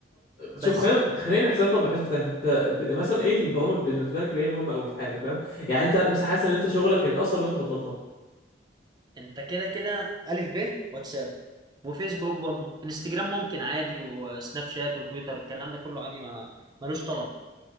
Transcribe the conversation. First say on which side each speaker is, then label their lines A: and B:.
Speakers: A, on the right (about 20°); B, on the left (about 70°).
A: بس
B: شوف خلينا خلينا نحسبها طب بحسبه تاني انت ب... مثلا ايه البرامج بالنسبه لك اللي هي مهمه قوي في حياتك فاهم يعني انت مثلا حاسس ان انت شغلك هيتاثر لو انت بطلتها
A: انت كده كده الف ب واتساب وفيسبوك برضو انستجرام ممكن عادي وسناب شات وتويتر الكلام ده كله عادي ما ملوش طلب